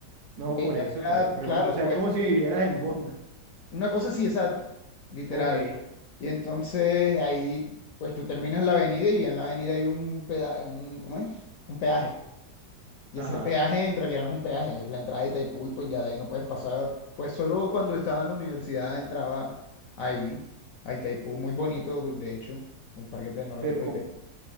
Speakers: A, on the right (about 70°); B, on the left (about 70°).
A: No,
B: Y
A: por
B: ahí en
A: eso,
B: la entrada,
A: por eso pregunto,
B: claro,
A: o sea,
B: tú
A: es
B: ves
A: como
B: como
A: si vivieras en Bonda.
B: una cosa así, exacto, literal.
A: Ok,
B: Y entonces ahí, pues tú terminas la avenida y en la avenida hay un peda... un, ¿cómo es? Un peaje. Y
A: ajá,
B: ese peaje en realidad no es un peaje, es la entrada de Itaipú y pues ya de ahí no puedes pasar. Pues solo cuando estaba en la universidad entraba ahí, a Itaipú, muy bonito, de hecho, el Parque Tecnológico
A: pero como...
B: de Itaipú.